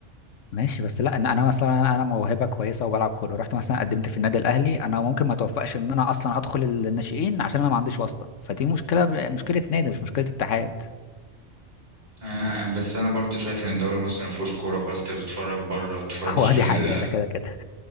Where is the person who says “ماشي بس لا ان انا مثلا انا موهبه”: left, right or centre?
Left